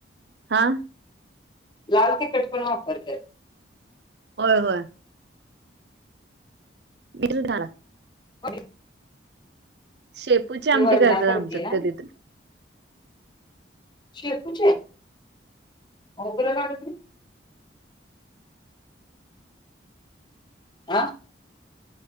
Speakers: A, on the right; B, on the left.
A: हा
B: लाल तिखट पण वापरतात
A: हो होय विर झाळा
B: ब
A: शेपूची आमटी
B: वरणासारखी
A: करतात आमतत
B: ना
A: कधीतून
B: शिपूचे आमटी आं